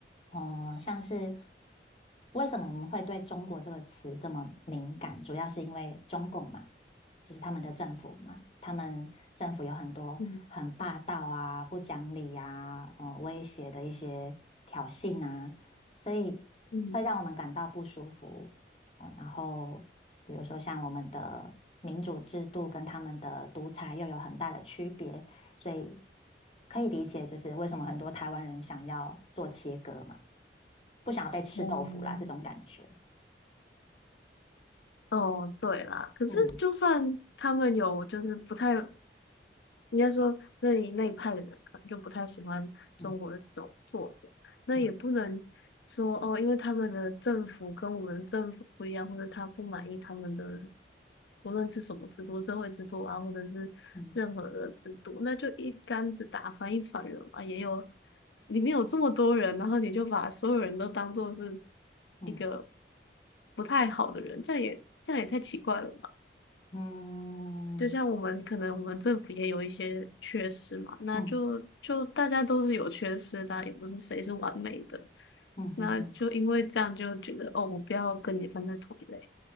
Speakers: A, on the left; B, on the left.
A: 呃，像是为什么我们会对中国这个词这么敏感，主要是因为中共嘛，就是他们的政府嘛，他们政府有很多很霸道啊、
B: 嗯
A: 不讲理呀、呃威胁的一些挑衅啊，所以会让我们感到不舒服。
B: 嗯
A: 哦，然后比如说像我们的民主制度跟他们的独裁又有很大的区别，所以可以理解就是为什么很多台湾人想要做切割嘛，不想要被吃豆腐啦这种感觉。
B: 嗯。哦，对啦，可是就算他们有就是不太
A: 嗯
B: 应该说那一那一派的人可能就不太喜欢中国的这种作风。
A: 嗯
B: 那也不能说哦，
A: 嗯
B: 因为他们的政府跟我们政府不一样，或者他不满意他们的无论是什么制度、社会制度啊，或者是任何的制度，
A: 嗯
B: 那就一竿子打翻一船人嘛。也有里面有这么多人，然后你就把所有人都当做是
A: 嗯
B: 一个不太好的人，这样也这样也太奇怪了吧？
A: 嗯
B: 就像我们可能我们政府也有一些缺失嘛，那就就大家都是有缺失的啊也不是谁是完美的，
A: 嗯嗯嗯
B: 那就因为这样就觉得哦，我不要跟你放在同一类，